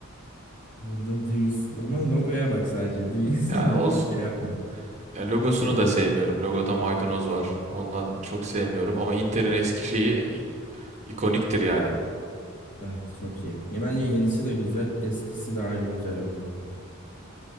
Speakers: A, on the left (about 40°); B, on the right (about 35°).
A: Burada duygusuz ama logoya bak sadece. Duygusal
B: Yani olsun.
A: <laughs> çok şey yapma.
B: Yani logosunu
A: İyi.
B: da sevmiyorum. Logoda maydanoz var. Ondan çok sevmiyorum. Ama Inter'in eski şeyi i- ikoniktir yani.
A: Evet çok iyi. Ya bence yenisi de güzel, eskisi de ayrı güzel ama.